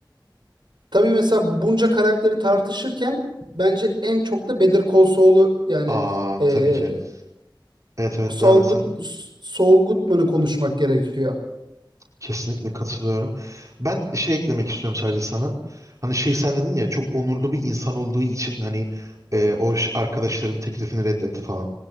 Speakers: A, on the right; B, on the right.
A: Tabii mesela bunca karakteri tartışırken bence en çok da Better Call Saul'u yani
B: Aa
A: e,
B: tabii ki. Evet evet
A: Saul
B: devam et
A: Good,
B: sen.
A: Saul Goodman'ı konuşmak gerekiyor.
B: Kesinlikle katılıyorum. Ben şey eklemek istiyorum sadece sana. Hani şey sen dedin ya çok onurlu bir insan olduğu için hani e, o ş- arkadaşların teklifini reddetti falan.